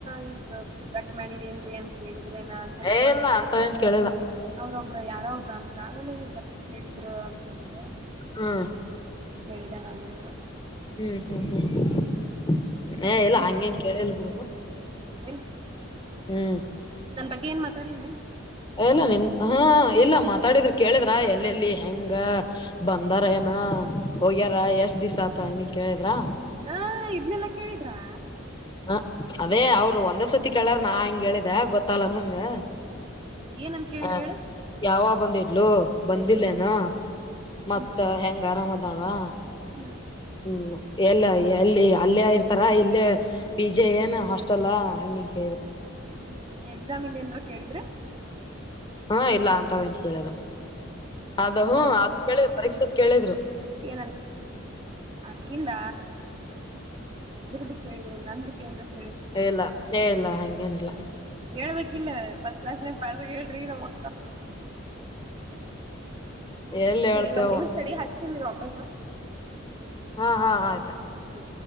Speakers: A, on the right; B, on the left.
A: ಹಿಂಗ ಗಟ್ ಮಾಡಿರಿ ಏನ್ೀ ಅಂತ ಕೇಳಿದ್ರೇನ ಅಂತ ಅನ್ಕೊಂಡ
B: ಏ ಇಲ್ಲ ಅಂತವೇನ್ ಕೇಳಿಲ್ಲ
A: ಅವ್ರೊಬ್ರ ಯಾರ ಒಬ್ಬ್ರ ಅಂದ್ರ ಆಗಲ ಮದಲಿ ಕೇಳಿದ್ರು ಅಂತಂದು
B: ಹಾ
A: ನ
B: ಹ್ಮ್ ಹ್ಮ್ ಹ್ಮ್
A: ಅದ್ರ
B: ಏ
A: ಸಂಬಂಧ
B: ಇಲ್ಲಾ ಹಂಗಗೆಂಗ ಕೇಳಿಲ್ ಬಿಡು
A: ಹೌದೇನ್ ಹ್ಮ
B: ಹ್ಮ್
A: ನನ್ ಬಗ್ಗೆ ಏನ್ ಮಾತಾಡ್ಿಲ್ಲ
B: ಎಲ್ಲ ನಿನ್ ಹಾ ಇಲ್ಲ ಮಾತಾಡಿದ್ರ ಕೇಳಿದ್ರ ಎಲ್ಲೆಲ್ಲಿ ಹೆಂಗ ಬಂದಾರ ಏನ ಹೋಗ್ಯಾರ ಎಷ್ಟ್ ದಿವ್ ಆತ ಹನ್ ಕೇಳಿದ್ರ
A: ಹಾ ಇದನೆಲ್ಲಾ ಕೇಳಿದ್ರಾ
B: ಹ ಅದೇ ಅವ್ರು ಒಂದ್ ಸರ್ತಿ ಕೇಳಾರ ನಾ ಹಿಂಗ ಹೇಳಿದೆ ಗೊತ್ತಲ್ಲರ ನಂಗ
A: ಹ್ಮ್ ಏನಂತ ಕೇಳಿದ್ರಿ
B: ಹ
A: ಹೇಳು
B: ಯಾವ ಬಂದಿಟ್ಲು ಬಂದಿಲ್ಲೇನ
A: ಹ್ಮ್
B: ಮತ್ತ
A: ಹ್ಮ್
B: ಹೆಂಗ ಆರಾಮದ ಾವ
A: ಹ್ಮ್
B: ಹ್ಮ್ ಎಲ್ಲ ಎಲ್ಲಿ ಅಲ್ಲೇ ಇರ್ತಾರ ಇಲ್ಲೇ ಪಿಜೆ ಏನ್ ಹಾಸ್ಟೆಲ್ ಹಂಗಂಗ
A: ಹ್ಮ್ ಎಕ್ಸಾಮ್ ಇನ್ೇನ್ರ ಕೇಳಿದ್ರೆ
B: ಹಾ ಇಲ್ಲ ಅಂತ ಅವನ್ ಕೇಳಲ್ಲ ಅದು ಹ್ಮ ಅದು ಕೇಳ ಪರೀಕ್ಷತ್ ಕೇಳಿದ
A: ಏನನ್ ಅಕ್ಕಿಂದ ಇದ ಕೇಳಿದ್ರೆ ನಂದು ಕೇಂದ್ರಕ್ಕೆ
B: ಇಲ್ಲಾ ಹೇಳಲ್ಲಾ ಹಂಗೇನಿಲ್ಲ
A: ಹೇಳ್ಬೇಕಿಲ್ಲ ಫಸ್ಟ್ ಕ್ಲಾಸ್ ನ ಪ ಹೇಳ್ರಿ ನಮ್ಮ
B: ಎಲ್ಲಿ
A: ಸರಿ
B: ಹೇಳ್ತೇವ
A: ಒಂದ್ ನಿಮಿಷ ತ ಹ ರು ವಾಪಸಾ
B: ಹಾ ಹಾ ಆಯ್ತಾ
A: ಹ್ಮ